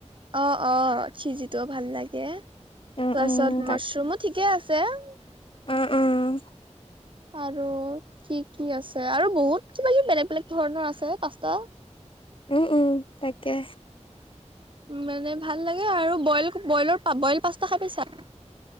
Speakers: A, on the right; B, on the left.
A: অঁ - অঁ, চিজিত ভাল লাগে।
B: উম
A: তাছত
B: উম তাকে
A: মাছৰুমো ঠিকে আছে। তে।
B: উম -উম।
A: আৰু কি কি আছে আৰু বহুত কিবা -কিবি বেলেগ বেলেগ ধৰণৰ আছে পাস্তা।
B: উম উম তাকে।
A: মানে ভাল লাগে আৰু বইল বইলৰ বইল পাস্তা খাই পাইছা।